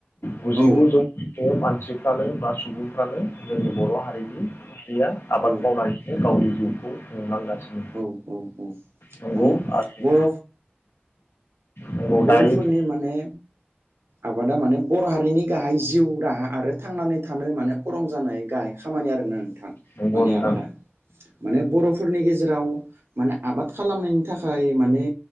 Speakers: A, on the left (about 75°); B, on the right (about 85°).
A: गुजिगु
B: औ
A: जौखोदो मानसिफ्रानो बा सुबुंफ्रानो जोंनि बर' हारिनि रिया आबाद
B: औ
A: मावनानैनो गावनि जिउखौ खुंलांगासिनो
B: औ औ औ
A: नंगौ
B: माने
A: आरो
B: बर'
A: नंगौ
B: बर'फोरनि
A: दायोथ'
B: माने आबादा माने बर' हाथ बिनि गाहाय जिउ राहा आरो थांनानै थानो मानो खरं जानाय गाहाय खामानि आरोना नोंथां
A: नंगौ
B: माने
A: नोंथां
B: आबादा माने बर'फोरनि गेजेराव माने आबाद खालामनायनि थाखाय माने